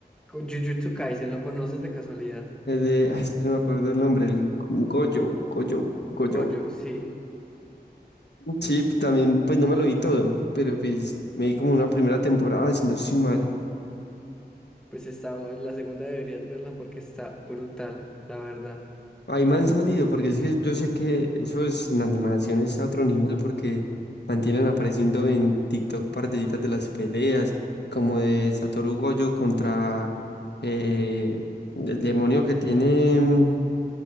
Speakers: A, in the centre; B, on the left.
A: Jujutsu Kaisen, ¿lo conoces de casualidad?
B: El de, ah, es que no me acuerdo el nombre, el Gojo, Gojo, Gojo.
A: Gojo, sí.
B: Sí, también pues no me lo vi todo, pero pues me vi como una primera temporada, si no estoy mal.
A: Pues está, la segunda deberías verla porque está brutal, la verdad.
B: Ahí me han salido, porque es que yo sé que eso es en animación, está a otro nivel, porque mantienen apareciendo en TikTok partecitas de las peleas, como de Satoru Gojo contra eh, el demonio que tiene mm,